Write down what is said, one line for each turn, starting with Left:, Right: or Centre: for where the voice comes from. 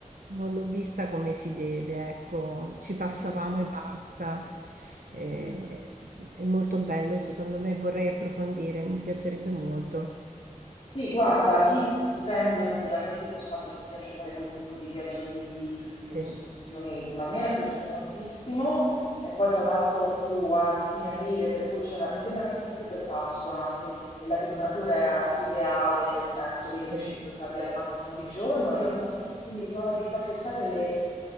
Right: non l'ho vista come si deve, ecco, ci
Left: Mhm,
Right: passavamo e basta.
Left: mhm.
Right: Eh, è molto bello, secondo me, vorrei approfondire, mi piacerebbe molto.
Left: Sì, guarda, lì dipende ovviamente, insomma, se ti piace fare quel tipo di viaggio lì di
Right: Sì,
Left: escursionismo. A me era piaciuto moltissimo e poi tra l'altro fu a fine aprile, per cui c'era, mi sembra che fu proprio per Pasqua anche, e la temperatura era ideale, nel senso 25
Right: sì.
Left: gradi al massimo di giorno. Io ho tantissimi ricordi proprio, sai, delle